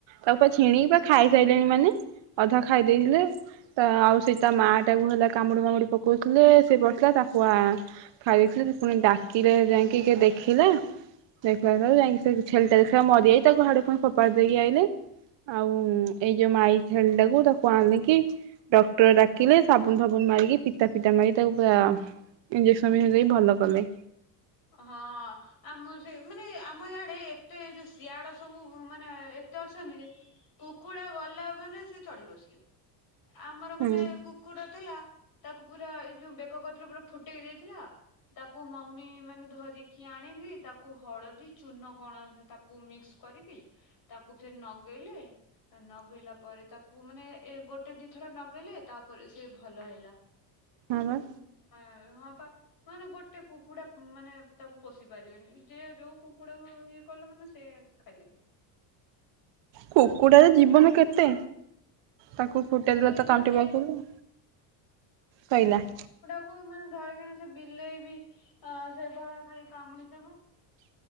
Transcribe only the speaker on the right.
ତାକୁ ପୁରା ଛିଣ କୀ
ପୁରା ଖାଇ
ସାଇଲେଣି ମାନେ ଅଧା ଖାଇ ଦେଇଥିଲେ। ତ ଆଉ ସେଇ ତା ମା ଟାକୁ ହେଲା କାମୁଡି ଫାମୁଡି ପକଉଥିଲେ ସେ ପଡିଥିଲା ତାକୁ ଆ ଖାଇ ଦେଇଥିଲେ ସେ ପୁଣି ଡାକିଲେ ଯାଇକି କିଏ ଦେଖିଲା। ଦେଖିଲା ଠାରୁ ଯାଇକି ସେ ଛେଳି ଟା ଦେଖିଲା ବେଳକୁ ମରିଯାଇଛି ତାକୁ ହାଡେ ଫୁଣି ଫୋପାଡି ଦେଇକି ଆଇଲେ। ଆଉ ଏଇ ଯୋଉ ମାଇ ଛେଳି ଟାକୁ ତାକୁ ଆଣିକି। ଡକ୍ଟର ଡାକିଲେ ସାବୁନ ଫାବୁନ ମାରିକି ପିତା ଫିତା ମାରିକି ତାକୁ ପୁରା। ଇଞଜେକ୍ସନ ଫିନଯେକସନ ଦେଇକି ଭଲ କଲେ।
ହୁଁ
ହଁ ବା।
କୁକୁଡାର ଜୀବନ କେତେ ତାକୁ। ଫୁଟେଇି
ଦେଲ
ତ ତଣ୍ଟି
ପାଖରୁ ସଇିଲା।